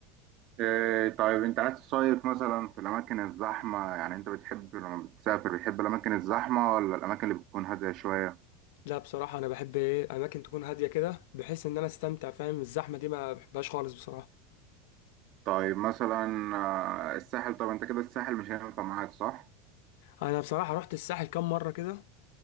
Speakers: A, on the right; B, on the left.
A: إيه طيب انت عايز تصيف مثلا في الاماكن الزحمه يعني انت بتحب لما بتسافر بتحب الاماكن الزحمه ولا الاماكن اللي بتكون هاديه شويه
B: لا بصراحه انا بحب ايه اماكن تكون هاديه كده بحيث ان انا استمتع فاهم الزحمه دي ما بحبهاش خالص بصراحه
A: طيب مثلا آه، الساحل طب انت كده الساحل مش هينفع معاك صح
B: انا بصراحه رحت الساحل كام مره كده